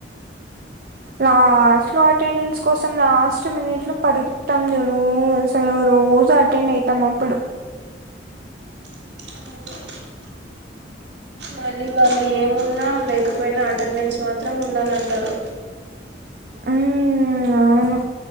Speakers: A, on the right (about 55°); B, on the right (about 70°).
A: లాస్ట్ లో అటెండెన్స్ కోసం లాస్ట్ మినిట్లు పరిగెత్తమా చూడు అసలు రోజు అటెండ్ అయితాం అప్పుడు
B: అవును మళ్ళీ వాళ్ళు ఏమున్నా లేకపోయినా అటెండెన్స్ మాత్రం ఉండాలంటారు
A: మ్మ్ అవును